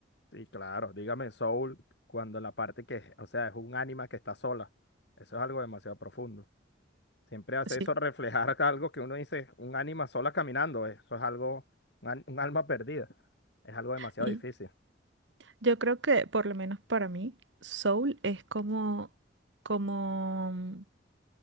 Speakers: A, on the left; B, on the right.
A: Sí, claro, dígame Soul, cuando la parte que, o sea, es un ánima que está sola. Eso es algo demasiado profundo. Siempre hace
B: Sí,
A: eso reflejar <laughs> algo que uno dice, un ánima sola caminando. Eso es algo, un, an- un alma perdida. Es algo demasiado
B: y
A: difícil.
B: yo creo que por lo menos para mí, Soul es como, como,